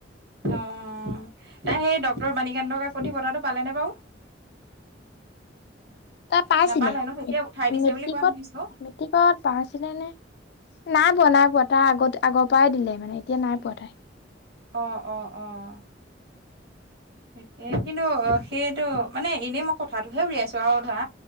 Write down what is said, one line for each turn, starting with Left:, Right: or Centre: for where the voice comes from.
Right: অ'তাই সেই ড্টৰ বাণীকানন্দ কাকতি পতাটো পালেনে বাৰু?
Left: তাৰ পাইছিলে
Right: নাপালে ন এতিয়া উঠাই দিছে
Left: মেট্ৰিকত
Right: বুলি কোৱা শুনিছো
Left: টিকট পাইছিলে নে নাই পোৱা নাই পোৱা তাই আগতে আগৰ পৰাই দিলে মানে এতিয়া নাই পোৱা তাই।
Right: অঁ, অঁ, অঁ। তাকে কিন্তু সেইটো মানে এনেই মই কথাটোহে উলিয়াইছো আৰু ধৰা